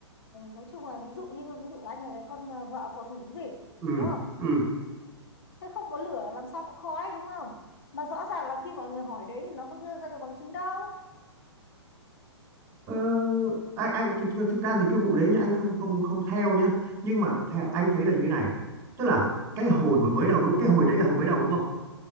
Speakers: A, on the left; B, on the right.
A: nói chung là ví dụ như ví dụ anh là cái con ờ, vợ cầu thủ cái gì
B: ừ
A: đúng không
B: ừ
A: thế không có lửa làm sao có khói đúng không mà rõ ràng là khi mọi người hỏi đến thì nó có đưa ra được bằng chứng đâu
B: ờ, anh anh thực, thực ra thì cái vụ đấy nhá anh không không không theo nhá nhưng mà theo, anh thấy là như này tức là cái hồi mà mới đầu đúng không cái hồi đấy là hồi mới đầu đúng không